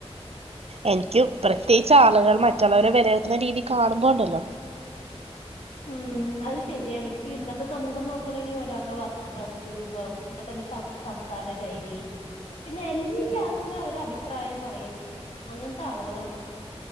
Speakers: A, on the right (about 70°); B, on the left (about 75°).
A: എനിക്ക് പ്രത്യേകിച്ച് ആ ആളുകൾ മറ്റുള്ളവരെ വിലയിരുത്തുന്ന രീതി കാണുമ്പോ ഉണ്ടല്ലോ
B: ഉം അത് ശരിയാണ് ഇപ്പ ഇന്നത്തെ സമൂഹം നോക്കണിൽ ഒരാൾ വസ്ത്രം രൂപം ഇപ്പൊ തന്നെ സംസാര ശൈലി പിന്നെ എല്ലാത്തിനും അവര് അഭിപ്രായം പറയും അങ്ങനത്തെ ആളുകളാണ്.